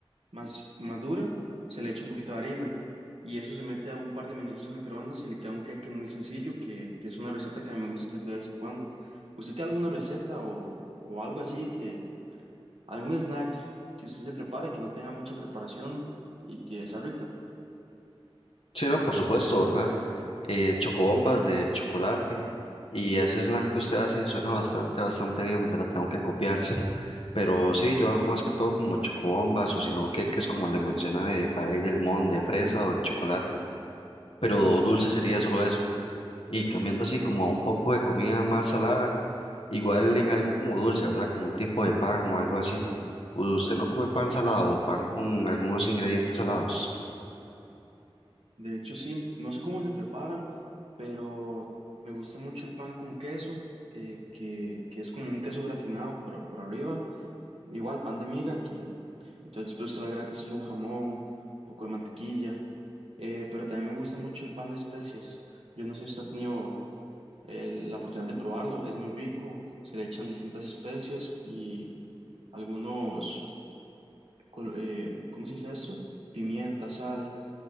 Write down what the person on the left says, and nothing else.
Sí, no, por supuesto, ¿verdad? Eh, chocobombas de chocolate y ese snack que usted hace suena bastante, bastante bien, ¿verdad? Tengo que copiárselo. Pero sí, yo hago más que todo como chocobombas o si no queques como le menciona de pay de limón, de fresa o de chocolate. Pero dulce sería solo eso. Y cambiando así como a un poco de comida más salada, igual en algo como dulce, ¿verdad? Como un tipo de pan o algo así. ¿Usted no come pan salado o pan con algunos ingredientes salados?